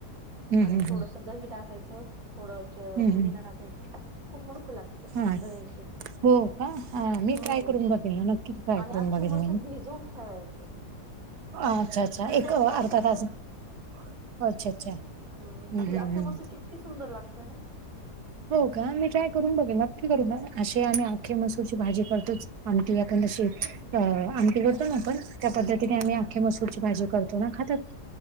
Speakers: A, on the right; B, on the right.
A: हम्म
B: आणि
A: हम्म
B: थोडस
A: हम्म हम्म
B: दही टाकायचं थोडं
A: हम्म हम्म
B: पुदीना टाकायचा खूप मस्त लागत
A: हा
B: दह्याची
A: हो का हा मी
B: हम्म
A: ट्राय करून बघेल ना नक्की ट्राय
B: आणि
A: करून
B: अख्खी
A: बघेल
B: मसूर
A: मी
B: भिजवून ठेवायची.
A: अच्छा अच्छा
B: सेम
A: एक
B: प्रोसेस
A: अर्धा तास अच्छा अच्छा
B: हम्
A: हम्म
B: ती
A: हम्म
B: अख्खी
A: हम्म
B: मसूची इतकी सुंदर लागतेय ना
A: हो का मी ट्राय करून बघेल नक्की करू असे आम्ही आखे मसूरची भाजी करतोच आमटी आपण जशी अ आमटी करतो ना आपण त्या पद्धतीने
B: हम्म
A: आम्ही आखे मसूरची भाजी करतो ना खातात.